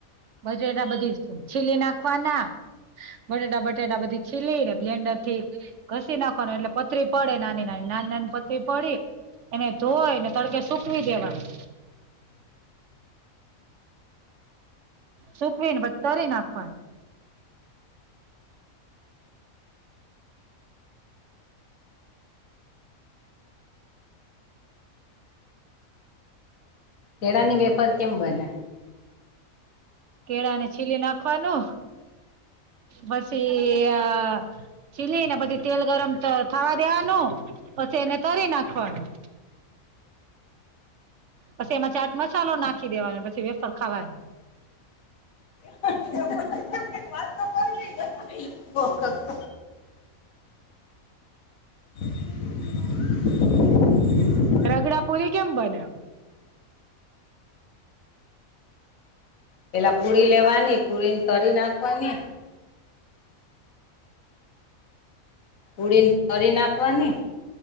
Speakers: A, on the right; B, on the left.
A: બટેેટા બધી જ છીલી નાખવાના. બટેટા બટેટા બધી છીલીને બ્લેન્ડરથી ઘસી નાખવાનું એટલે પતરી પડે નાની નાની નાની નાની પતરી પડી. એને ધોય ને તડકે સુકવી દેવાનું. સુકવીને પછી તરી નાખવાની.
B: કેળાની વેફર કેમ બને?
A: કેળાને છીલી નાખવાનું પસી અ છીલી ને પછી તેલ ગરમ ત થાવા દેવાનું. પછી એને તરી નાખવાનું. પછી એમાં ચાટ મસાલો નાખી દેવાનો. પછી વેફર ખાવાની.
B: <inaudible> કંઈક વાત તો કરવી ને <inaudible> <unintelligible> <inaudible>
A: રગડાપુરી કેમ બને?
B: પેલા પુડી લેવાની, પુરીને તરી નાખવાની. પુરીને તરી નાખવાની,